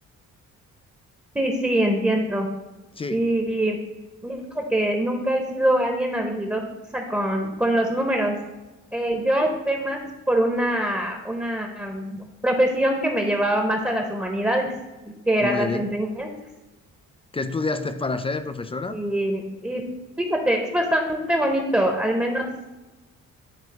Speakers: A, in the centre; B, on the left.
A: Sí, sí, entiendo.
B: Sí,
A: Y mira que nunca he sido alguien habilidosa con, con los números. Eh, yo opté más por una, una mm, profesión que me llevaba más a las humanidades, que
B: muy
A: eran las
B: bien.
A: enseñanzas.
B: ¿Qué estudiaste para ser profesora?
A: Y, y fíjate, es bastante bonito, al menos